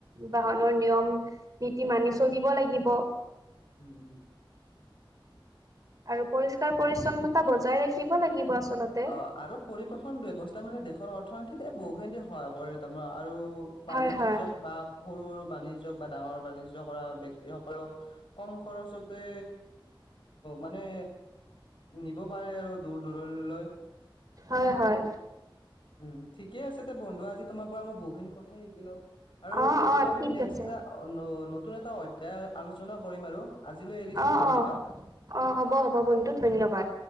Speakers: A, on the right (about 40°); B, on the left (about 70°).
A: বাহনৰ নিয়ম, নীতি মানি চলিব লাগিব।
B: উম উম।
A: আৰু পৰিষ্কাৰ পৰিচ্ছন্নতা বজাই ৰাখিব লাগিব আচলতে।
B: অ', আৰু পৰিবেশন ব্যৱস্থা মানে দেশৰ অৰ্থনীতিত বহুখিনি সহায় কৰে, তোমাৰ আৰু পানী
A: হয় হয়
B: বাণিজ্যক বা সৰু বাণিজ্যিক বা ডাঙৰ বাণিজ্য কৰা তেওঁ সকলক কম খৰচতে মানে নিব পাৰে আৰু দূৰ দূৰণি লয়।
A: হয় হয়।
B: উম ঠিকে আছে দে বন্ধু, আজি তোমাৰ পৰা মই বহুখিনি কথাই শিকিলো, আৰু
A: অ
B: পিছলে
A: অ
B: আমি
A: ঠিক
B: নেক্সট
A: আছে
B: এটা অ', নতুন এটা অধ্যায় আলোচনা কৰিম আৰু আজিলৈ এৰিছো
A: অ
B: ধন্যবাদ।
A: অ অ' হ'ব, হ'ব বন্ধু ধন্যবাদ।